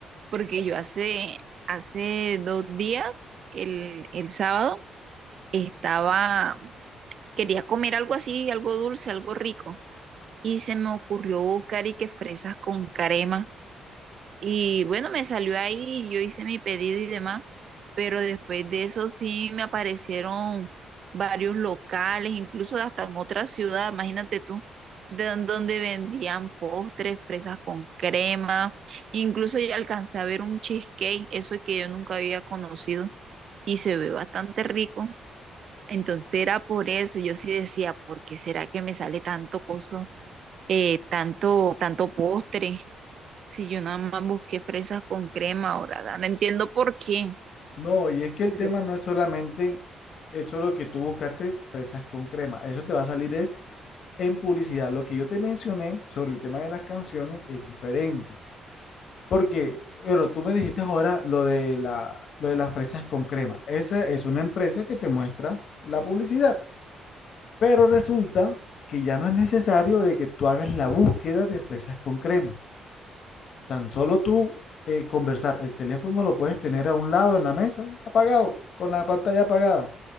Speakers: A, on the right (about 55°); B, on the left (about 60°).
A: porque yo hace, hace dos días, el, el sábado, estaba, quería comer algo así, algo dulce, algo rico, y se me ocurrió buscar y que fresas con crema. Y bueno, me salió ahí, yo hice mi pedido y demás, pero después de eso sí me aparecieron varios locales, incluso hasta en otra ciudad, imagínate tú, de don- donde vendían postres, fresas con crema, incluso ya alcancé a ver un cheesecake, eso que yo nunca había conocido y se ve bastante rico. Entonces era por eso, yo sí decía, ¿por qué será que me sale tanto coso, eh, tanto, tanto postre? Si yo nada más busqué fresas con crema ahora, no entiendo por qué.
B: No, y es que el
A: Pero,
B: tema no es solamente eso lo que tú buscaste, fresas con crema. Eso te va a salir es en publicidad. Lo que yo te mencioné sobre el tema de las canciones es diferente. Porque, bueno, tú me dijiste ahora lo de la, lo de las fresas con crema. Esa es una empresa que te muestra la publicidad. Pero resulta que ya no es necesario de que tú hagas la búsqueda de fresas con crema. Tan solo tú eh, conversar, el teléfono lo puedes tener a un lado en la mesa, apagado, con la pantalla apagada,